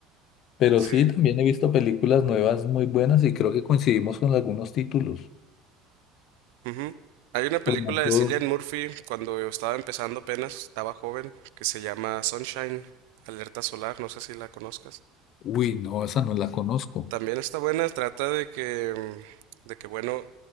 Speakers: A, on the left; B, on the right.
A: Pero
B: Sí.
A: sí, también he visto películas nuevas muy buenas y creo que coincidimos con algunos títulos.
B: ujú. Hay una película
A: Por ejemplo,
B: de Cillian Murphy cuando yo estaba empezando apenas, estaba joven, que se llama Sunshine, Alerta Solar, no sé si la conozcas.
A: uy, no, esa no la conozco.
B: También está buena, trata de que, mm, de que bueno,